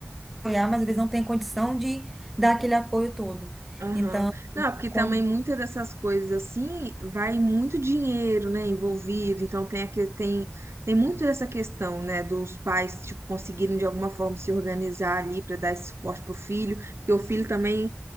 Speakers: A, in the centre; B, on the right.
A: apoiar, mas eles não têm condição de dar aquele apoio todo.
B: Aham.
A: Então,
B: Não, porque
A: quando,
B: também muitas dessas coisas assim vai muito dinheiro, né, envolvido. Então tem aqui tem tem muito dessa questão, né, dos pais tipo conseguirem de alguma forma se organizar ali para dar esse suporte pro filho. E o filho também